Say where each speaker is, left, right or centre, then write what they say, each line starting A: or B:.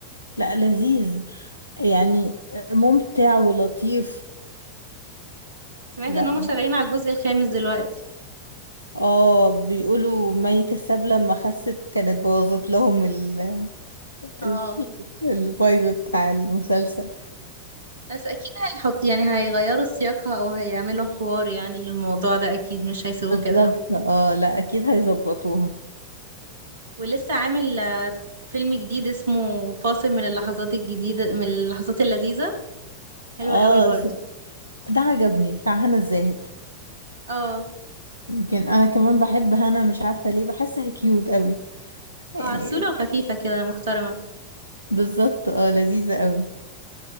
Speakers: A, on the right; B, on the right.
A: لا لذيذ يعني ممتع ولطيف
B: سمعت
A: لا
B: ان هم شغالين على الجزء الخامس دلوقتي
A: اه بيقولوا مي كساب لما خست كانت بوظت لهم ال
B: اه
A: ال الفايب بتاع المسلسل
B: بس اكيد هيحط يعني هيغيروا سياقها او هيعملوا حوار يعني للموضوع ده اكيد مش هيسيبوه
A: بالظبط
B: كده
A: اه لا اكيد هيظبطوها
B: ولسه عامل آه، فيلم جديد اسمه فاصل من اللحظات الجديدة من اللحظات اللذيذة حلوة
A: اه
B: قوي برضو
A: س- ده عجبني بتاع هنا الزاهد
B: اه
A: يمكن انا كمان بحب هنا مش عارفة ليه بحسها كيوت قوي
B: اه
A: يعني
B: عسولة وخفيفة كده محترمة
A: بالظبط اه لذيذة قوي